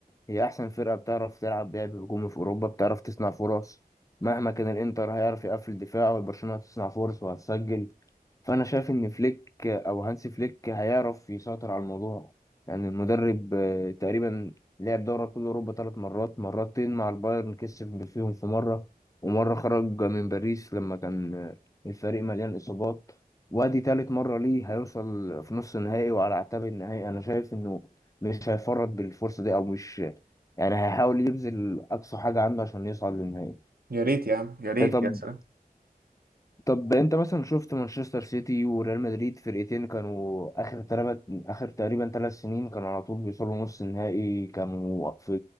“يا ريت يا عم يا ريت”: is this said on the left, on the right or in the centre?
Right